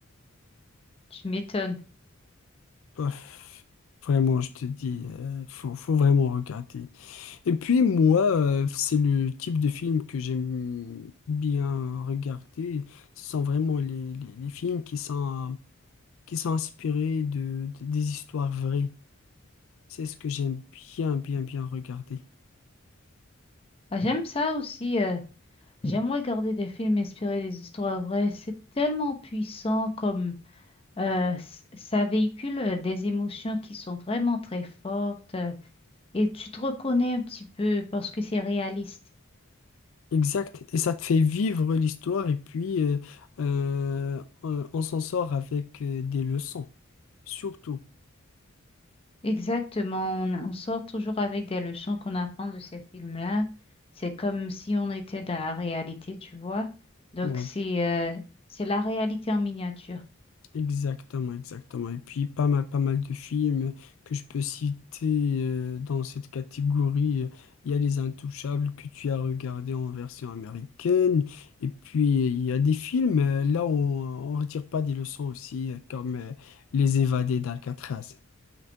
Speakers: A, on the left; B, on the left.
A: Tu m'étonnes.
B: Bof, vraiment, je te dis, euh, faut, faut vraiment regarder. Et puis moi, euh, c'est le type de film que j'aime bien regarder. Ce sont vraiment les, les- les films qui sont, qui sont inspirés de, de- des histoires vraies. C'est ce que j'aime bien, bien, bien regarder.
A: Ah, J'aime ça aussi. euh, j'aime regarder des films inspirés des histoires vraies. C'est tellement puissant comme euh, s- ça véhicule euh, des émotions qui sont vraiment très fortes euh, et tu te reconnais un petit peu parce que c'est réaliste.
B: Exact. Et ça te fait vivre l'histoire et puis euh, euh, on on s'en sort avec euh, des leçons, surtout.
A: Exactement. On, on sort toujours avec des leçons qu'on apprend de ces films-là. C'est comme si on était dans la réalité, tu vois. Donc
B: Oui.
A: c'est euh, c'est la réalité en miniature.
B: Exactement, exactement. Et puis pas mal, pas mal de films que je peux citer euh, dans cette catégorie. Il y a Les Intouchables que tu as regardé en version américaine. Et puis il y a des films euh, là où on, on retire pas des leçons aussi, euh, comme euh, Les Évadés d'Alcatraz.